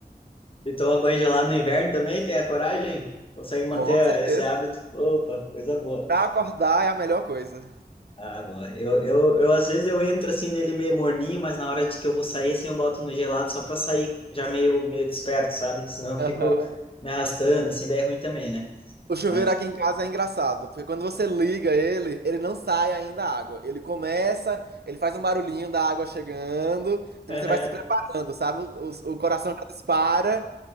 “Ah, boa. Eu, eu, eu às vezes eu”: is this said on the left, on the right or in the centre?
Left